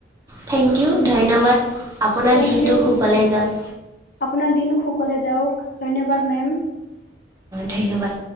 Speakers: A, on the right; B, on the left.
A: থেংক ইউ ধন্যবাদ। আপোনাৰ
B: থেংকইউ,
A: দিনটো সুখলে যাওক
B: আপোনাৰ দিন খু সুকলে যাওঁক, ধন্যবাদ মেম।
A: ধন্যবাদ।